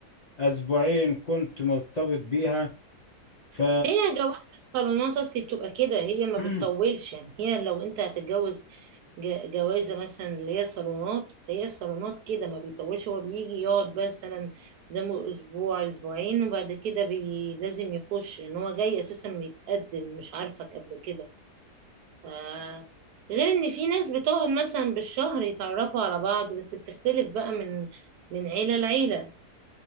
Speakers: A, on the left; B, on the right.
A: اسبوعين كنت مرتبط بيها ف
B: هي جواز الصالونات اصلي بتبقى كده هي ما
A: <clears throat>
B: بتطولش يعني هي لو انت هتتجوز ج- جوازه مثلا اللي هي صالونات فهي الصالونات كده ما بيطولش هو بيجي يقعد مثلا قدامه اسبوع اسبوعين وبعد كده بي لازم يخش ان هو جاي اساسا بيتقدم مش عارفك قبل كده ف... غير ان في ناس بتقعد مثلا بالشهر يتعرفوا على بعض بس بتختلف بقى من من عيله لعيله